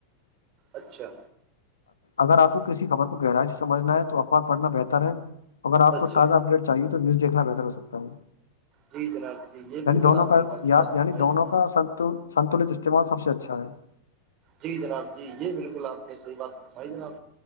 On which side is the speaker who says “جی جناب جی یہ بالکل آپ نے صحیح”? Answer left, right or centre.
Right